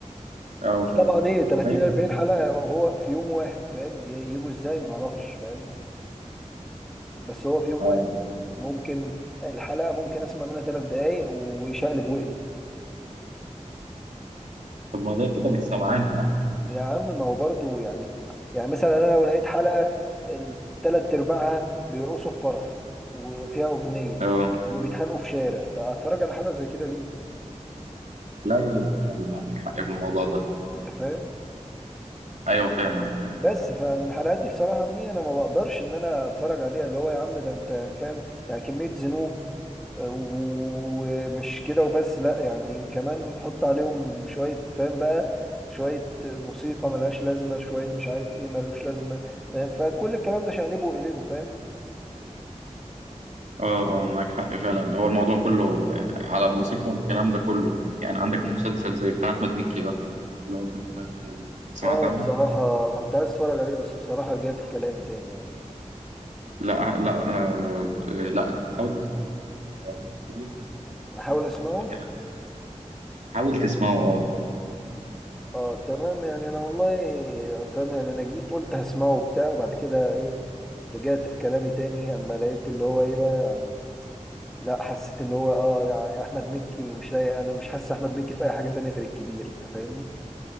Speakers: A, on the right; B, in the centre.
A: اه فاهمك
B: طبعا ايه 30
A: ما هو باين
B: 40 حلقة هو في يوم واحد فاهم ي- يجوا ازاي ما اعرفش فاهم بس هو في يوم
A: اه
B: واحد
A: آه.
B: ممكن الحلقة ممكن اسمع منها ثلاث دقايق ويشقلب ويقلب
A: طب ما ده كده مش سمعان يا عم
B: يا عم ما هو برضو يعني يعني مثلا انا لو لقيت حلقة الثلاث ارباعها بيرقصوا في فرح وفيها اغنية
A: اه
B: وبيتخانقوا في شارع طب اتفرج على حلقة زي كده ليه
A: لا يقلب فعلا عندك حق في الموضوع ده
B: انت فاهم
A: ايوه فاهمك فاهم
B: بس فالحلقات دي بصراحة دي أنا ما بقدرش إن أنا أتفرج عليها اللي هو يا عم ده أنت يعني فاهم يعني كمية ذنوب ومش كده وبس لأ يعني كمان حط عليهم شوية فاهم بقى شوية موسيقى ملهاش لازمة شوية مش عارف إيه ملوش لازمة فاهم فكل الكلام ده شقلبه وقلبه فاهم
A: اه اه معاك حق فعلا هو الموضوع كله على الموسيقى والكلام ده كله يعني عندك مسلسل زي بتاع احمد مكي ده اللي هو كان بتاع الغاوي سمعت
B: اه
A: عنه؟
B: بصراحة كنت عايز أتفرج عليه بس بصراحة رجعت في كلامي تاني يعني
A: لا لا آه لا حاول تسمعه هو مش كبير قوي يعني
B: أحاول
A: ممكن
B: أسمعه
A: مش فاكر حاول تسمعه اه
B: اه تمام يعني انا والله فاهم يعني انا جيت قلت هسمعه وبتاع وبعد كده ايه رجعت في كلامي تاني اما لقيت اللي هو ايه بقى يعني لا حسيت اللي هو اه يعني احمد مكي مش لاقي انا مش حاسس احمد مكي في اي حاجه تانية غير الكبير انت فاهمني